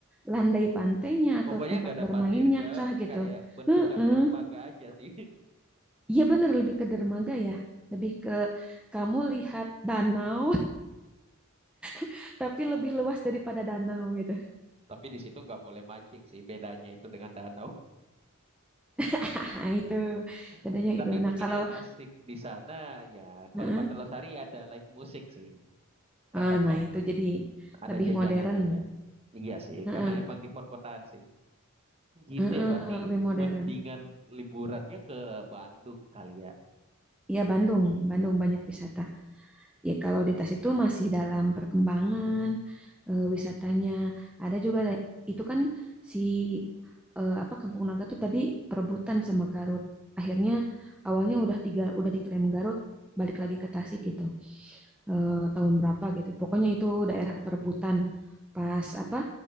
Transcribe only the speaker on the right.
Pokoknya
nggak ada
pasir ya
kayak bentukan
dermaga aja sih.
Tapi di situ nggak boleh mancing sih bedanya itu dengan danau.
<laughs>
Tapi
mungkin
yang asik di sana ya kalau
Pantai Losari ada live musik sih. Kadang
kan
ada
jajanan
juga. Iya sih,
karena emang di perkotaan sih. Gitu
ya, berarti
mendingan liburannya ke Bandung kali ya.